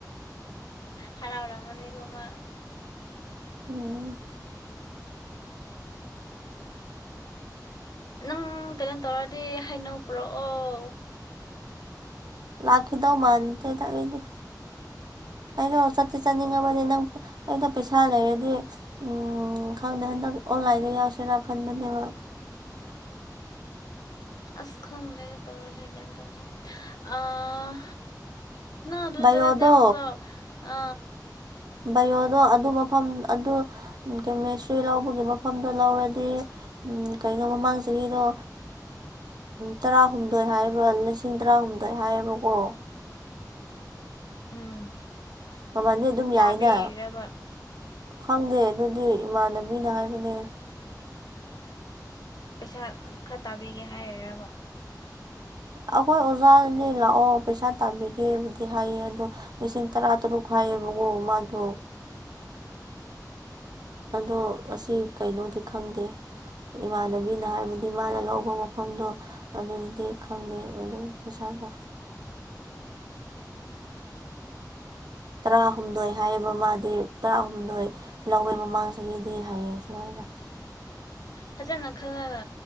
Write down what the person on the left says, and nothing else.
ꯍꯔꯥꯎ ꯔꯝꯃꯅꯤꯀꯣ ꯃꯥ
ꯅꯪ ꯀꯩꯅꯣ ꯇꯧꯔꯗꯤ ꯍꯩꯅꯧ ꯄꯨꯔꯛꯑꯣ
ꯑꯁ ꯈꯪꯗꯦꯗ ꯇꯧꯔꯤꯁꯤ ꯒꯌ꯭ꯥꯟ ꯇꯥꯗꯦ ꯑꯥ ꯅꯥ ꯑ
ꯆꯔꯗꯤ ꯑꯃꯨꯀ ꯑ
ꯎꯝ
ꯇꯥꯕꯤꯔꯤꯔꯕ
ꯄꯩꯁꯥ ꯈꯔ ꯇꯥꯕꯤꯒꯦ ꯍꯥꯏꯔꯔꯕ
<inaudible>
ꯐꯖꯅ ꯈꯜꯂꯒ